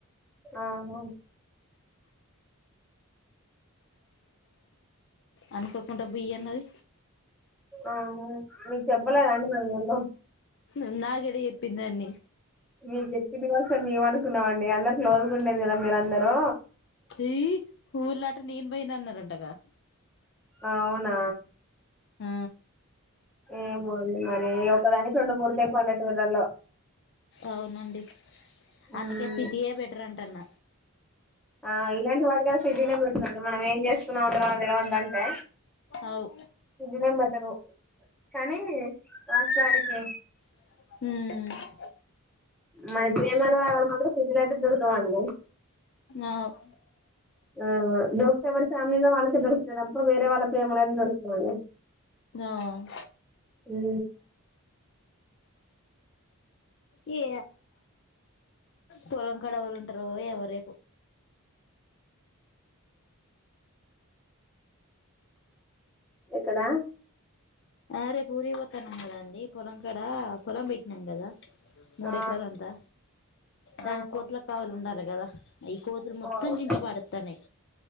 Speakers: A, in the centre; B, on the left.
A: ఆహా
B: అనుకోకుండా బియ్యన్నది
A: ఆహ మీకు చెప్పలేదండి మేము ముందు
B: ఇందాకే చెప్పిందండి
A: మీకు చెప్పినందివాసం మేం అనుకున్నాం అండి అందరు క్లోజ్గా ఉండేది కదా మీర అందరూ
B: అయి ఊర్లాట నేను పోయినా అన్నారంటగా
A: అవునా
B: ఆ
A: ఏమో మరి ఒకదానికి రెండు మూడు తె పల్లెటూర్లలో
B: అవునండి
A: మ్మ్
B: అందుకే సిటీయే బెటర్ అంటుఅన్న
A: ఆ ఇలాంటి వాటి కలిసి సిటీనే బెస్ట్ మనం ఏం చేస్తున్నాం అ తర్వా తెలవదంటే
B: అవు
A: ఇంటి నేమ్ బెట్టను కానీ వాస్తవానికి
B: హ్మ్
A: మరి ప్రేమానురాగాలు మాత్రం సిటీలయితే దొరుకవండి
B: ఆ వ్
A: ఆ దొరికితే ఎవరి ఫ్యామిలీలో వాళ్ళకే దొర్కుతాయి తప్పా వేరే వాళ్ళ ప్రేమలయితే దొరుకవండి
B: ఆహ్
A: హు
B: యే పొలం కాడా ఏవ్వళ్ళు ఉంటరో ఏమో రేపు
A: ఎక్కడ
B: ఆ రేపు ఊరిపో పొత్తన్నం కదండి పొలం కాడా పొలం పెట్టినాం కదా మూడెకరాల
A: ఆ!
B: అంతా దానికి
A: ఆహా!
B: కోతుల కావలుండలే గదా ఈ కోతులు మొత్తం
A: ఓహ్!
B: జింపి పడేతన్నాయి